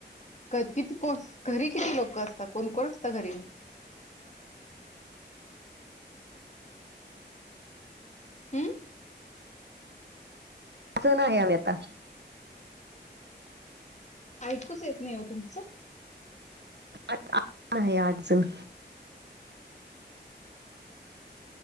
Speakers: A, on the left; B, on the right.
A: क किती कोज घरी किती लोक असता. कोण कोण असता घरी. हम्म.
B: <unintelligible> नाही आम्ही आता.
A: ऐकूच येत नाही हो तुमचं.
B: आत आहे आठ जण.